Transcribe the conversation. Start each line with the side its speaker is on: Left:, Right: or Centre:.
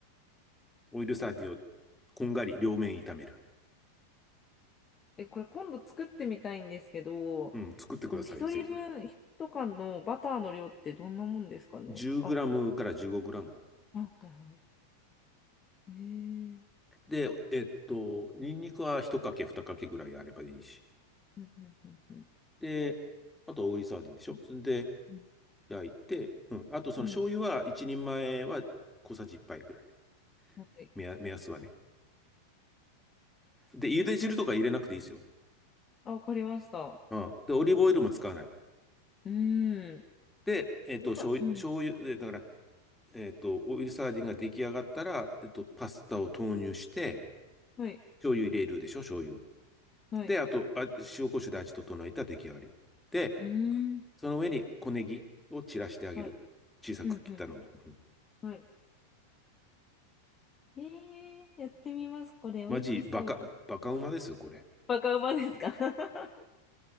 Centre: オイルサーディンをこんがり両面炒める。
Left: え、これ今度作ってみたいんですけど、
Centre: うん、作ってくださいよ、
Left: ひあの一人分、
Centre: ぜひ。
Left: 一缶のバターの量ってどんなもんですかね。
Centre: 10グラムから15グラム。
Left: あ、あ、はいはい。えー、
Centre: で、えっと、ニンニクは1かけ、2かけぐらいあればいいし。
Left: うんうんうんうん。
Centre: で、あと、オイルサーディンでしょそれで、
Left: う
Centre: 焼いて、うん。あと、その醤油は、
Left: ん、うん
Centre: 1人前は小さじ1杯ぐらい。
Left: はい。
Centre: 目安、目安はね。で、茹で汁とか入れなくていいですよ。
Left: あ、わかりました。
Centre: うん。で、オリーブオイルも使わない。
Left: うーん。
Centre: で、えっと、
Left: やっぱ、
Centre: 醤油、
Left: うん。
Centre: 醤油、でだから、えっと、オイルサーディンが出来上がったら、えっと、パスタを投入して、
Left: はい、
Centre: 醤油入れるでしょ、醤油。
Left: はい。
Centre: で、あと、あ塩コショウで味整えたら出来上がり。で、
Left: うーん。
Centre: その上に小ネギを散らしてあげる。
Left: はい
Centre: 小さく切ったのを。
Left: うんうん
Centre: うん
Left: うんはい。えー、やってみます。これ、美味しそう。
Centre: マジ、バカ、バカうまですよ、これ。
Left: バカうまですか <laughs>